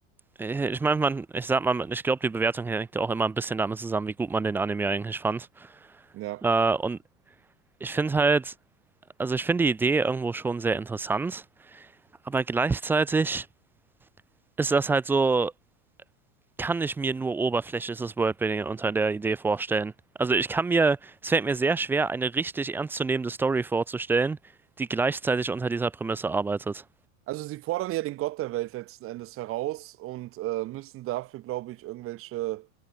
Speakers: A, in the centre; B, on the right (about 30°).
A: äh, Ich meine, man, ich sag mal, ich glaube, die Bewertung hängt ja auch immer ein bisschen damit zusammen, wie gut man den Anime eigentlich fand.
B: Ja.
A: Äh, und ich finde halt, also ich finde die Idee irgendwo schon sehr interessant, aber gleichzeitig ist das halt so. kann ich mir nur oberflächliches Worldbuilding unter der Idee vorstellen. Also ich kann mir, es fällt mir sehr schwer, eine richtig ernstzunehmende Story vorzustellen, die gleichzeitig unter dieser Prämisse arbeitet.
B: Also sie fordern ja den Gott der Welt letzten Endes heraus und äh, müssen dafür, glaube ich, irgendwelche